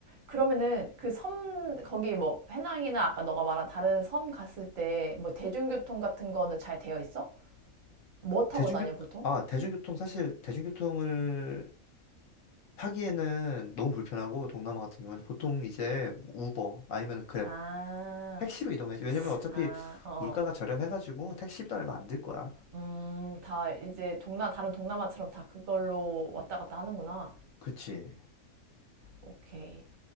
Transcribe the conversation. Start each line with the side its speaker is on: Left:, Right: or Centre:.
Right: 그러면은 그 섬 거기 뭐 해낭이나 아까 너가 말한 다른 섬 갔을 때 뭐 대중교통 같은 거는 잘 되어 있어? 뭐 타고
Left: 대중교
Right: 다녀 보통?
Left: 아 대중교통 사실 대중교통을 타기에는 너무 불편하고 동남아 같은 경우는 보통 이제 우버 아니면 그랩
Right: 아,
Left: 택시로 이동해야지. 왜냐면 어차피
Right: 아, 어, 어.
Left: 물가가 저렴해가지고 택시비도 얼마 안 들 거야.
Right: 음, 다 이제 동남, 다른 동남아처럼 다 그걸로 왔다 갔다 하는구나.
Left: 그치.
Right: 오케이.